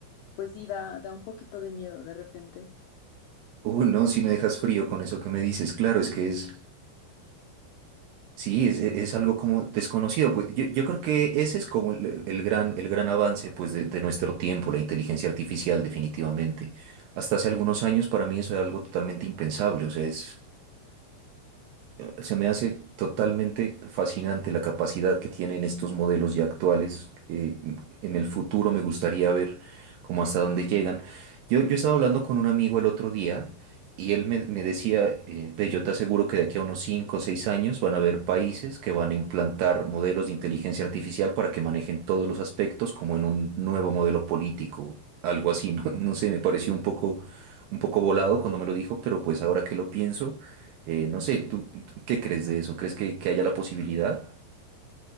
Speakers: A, on the left; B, on the right.
A: pues sí, da, da un poquito de miedo de repente.
B: Uh, no, si me dejas frío con eso que me dices, claro, es que es, sí, es, es- es algo como desconocido, pues yo, yo creo que ese es como el, el gran, el gran avance, pues, de, de nuestro tiempo, la inteligencia artificial, definitivamente. Hasta hace algunos años para mí eso era algo totalmente impensable, o sea, es, se me hace totalmente fascinante la capacidad que tienen estos modelos ya actuales. eh, en el futuro me gustaría ver cómo hasta dónde llegan. Yo, yo estaba hablando con un amigo el otro día Y él me, me decía, eh, "Ve, yo te aseguro que de aquí a unos 5 o 6 años van a haber países que van a implantar modelos de inteligencia artificial para que manejen todos los aspectos como en un nuevo modelo político, algo así, ¿no? <laughs> No sé, me pareció un poco, un poco volado cuando me lo dijo, pero pues ahora que lo pienso, eh, no sé, ¿tú tú qué crees de eso? ¿Crees que, que haya la posibilidad?